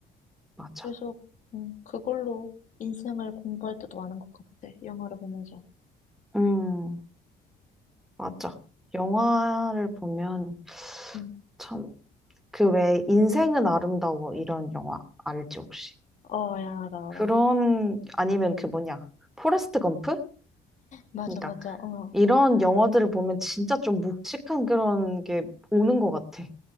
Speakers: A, in the centre; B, on the left (about 45°).
A: 맞아.
B: 그래서, 음, 그걸로 인생을 공부할 때도 많은 것 같아. 영화를 보면서.
A: 응, 맞아. 영화를 보면
B: 응,
A: 참, 그 왜 인생은 아름다워 이런 영화 알지, 혹시?
B: 어, 알아, 알아, 알아.
A: 그런 아니면 그 뭐냐 포레스트 검프?
B: 맞아,
A: 그러니까
B: 맞아, 어.
A: 이런 영화들을 보면 진짜 좀 묵직한 그런 게 오는 것 같아.